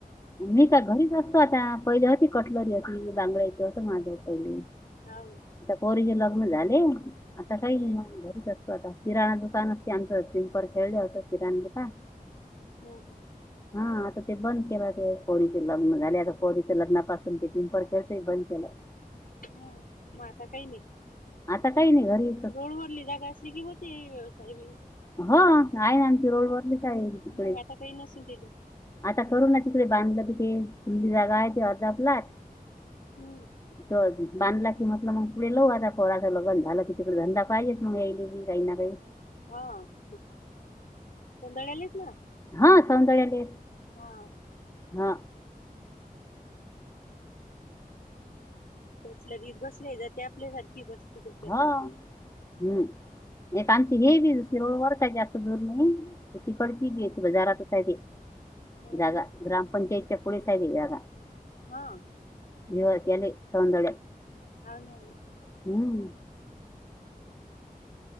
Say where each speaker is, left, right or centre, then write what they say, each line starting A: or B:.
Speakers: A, on the left; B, on the left.
A: मी
B: शेती
A: का घरीच असतो आता पहिले होती कटलरी अशी बांगड्याच असं माझं पहिले.
B: हवं का.
A: आता पोरीचे लग्न झाले आता काही
B: हम्म
A: नाही मग घरीच असते. आता किराणा दुकान असते आमचं पिंपर खेळले होतं किराण दुका
B: हम् हम
A: हा आता ते बंद केलं. पौरीचे लग्न झाले पौरीच्या लग्ना पाासून ते पिंपर खेळतय बंद केला.
B: हा म आता काही नाही.
A: आता काही नाही घरी.
B: रोड वरलीि जागा असली की होते व्यवसाय बी.
A: हो काय आमची
B: तसे.
A: रोडवररलीच आहे तिक
B: मग आता काही नसेन त्याच्या,
A: आता करू ना तिकडे बांधलं तिथे फुलली जागा आहे ते अर्धा प्लटला.
B: हम्म.
A: त बांधला की म्हटलं मग पुढ लव आता पोराचं लगन झालं की तिकडे धंदा पाहिजेच मग यायले बी. काय णा काय.
B: हा सोधळालेच ना.
A: हा सौंदर्याले
B: हा.
A: हा.
B: कसलं त बसले जात आपल्यासारखी बसते तुमच्यासारखी.
A: हा हम्म एक आमची हे बी दुसरी रोड ववर काय जास्त दूरणी. खती पडती भी
B: हा
A: हो बाजाराता काय ते
B: हो
A: जागा
B: ना
A: ग्रामपंचायतीच्या पुढ साईड जागा.
B: हा
A: जुवाकली सौंदळ्य.
B: होनल.
A: हम्म.